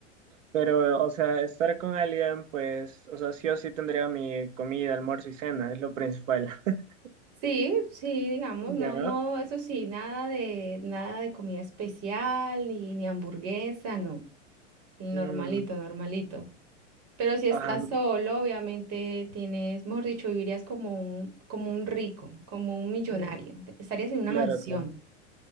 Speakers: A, on the right; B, on the right.
A: Pero, o sea, estar con alguien, pues, o sea, sí o sí tendría mi comida, almuerzo y cena, es lo principal. <laughs>
B: Sí, sí, digamos,
A: ¿Ya?
B: no, no, eso sí, nada de, nada de comida especial, ni, ni hamburguesa, no. Normalito,
A: Mm,
B: normalito. Pero si estás
A: ajá,
B: solo, obviamente tienes, mejor dicho, vivirías como un, como un rico, como un millonario.
A: mm,
B: Estarías en una
A: claro,
B: mansión.
A: claro.